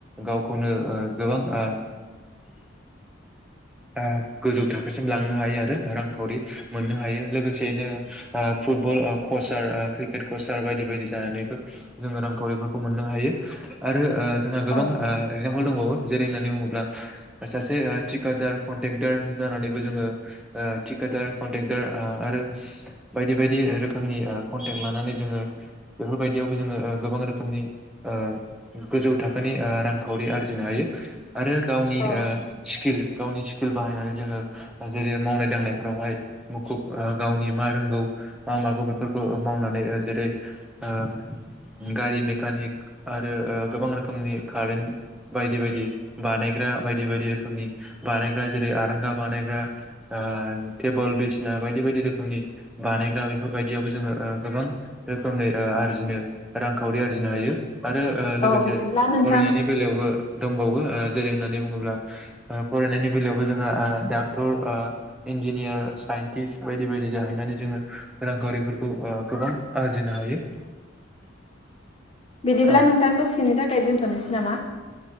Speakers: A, in the centre; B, on the left.
A: गावखौनो ओ गोबां ओ आ गोजै थाखोसिम लांनोहायो आरो रांखावरि मोननो हायो लोगोसेयैनो फुटबल ओ कचार ओ क्रिकेट कचार बायदि बायदि जानानैबो जोङो रांखावरिफोरखौ मोननो हायो आरो ओ जोंहा गोबां
B: औ
A: ओ एखजामपुल दंबावो जेरै होननानै बुङोब्ला सासे थिकादार कन्ट्रेक्टार जानानैबो जोङो ओ थिकादार कन्ट्रेक्टार आ आरो बायदि बायदि रोखोमनि ओ कन्टेक्ट लानानै जोङो बेफोरबायदियावबो जोङो ओ गोबां रोखोमनि ओ गोजौ थाखोनि ओ रांखावरि आरजिनो हायो आरो गावनि
B: औ
A: ओ स्किल गावनि स्किल बाहायनानै जोङो जेरै मावनाय दांनायफोरावहाय मुखुब ओ गावनि मा रोंगौ मा माबा बेफोरखौ मावनानै ओ जेरै ओ गारि मेकानिक आरो ओ गोबां रोखोमनि कारेन्ट बायदि बायदि बानायग्रा बायदि बायदि रोखोमनि बानायग्रा जेरै आरांगा बानायग्रा ओ टेबोल बिसिना बायदि बायदि रोखोमनि बानायग्रा बेफोरबायदियावबो जोङो ओ गोबां रोखोमै ओ आरजिनो रांखावरि आरजिनो हायो आरो ओ लोगोसे
B: औ बिदिब्ला नोंथां
A: फरायनायनि बेलायावबो दंबावो जेरै होननानै बुङो अब्ला फरायनायनि बेलायावबो जोंहा ओ डाक्टर ओ इन्जिनियार साइन्टिस्ट बायदि बायदि जाहैनानै जोङो रांखावरिफोरखौ ओ गोबां आरजिनो हायो।
B: बिदिब्ला
A: औ
B: नोंथां दसेनि थाखाय दोन्थ'नोसै नामा?